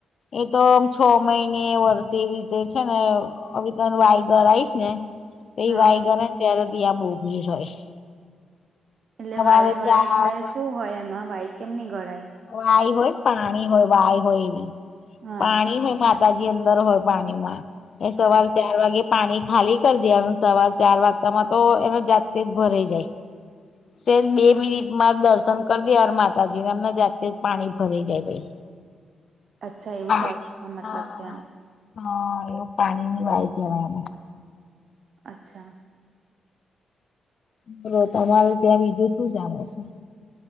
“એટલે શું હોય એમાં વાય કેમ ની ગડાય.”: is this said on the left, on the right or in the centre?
Right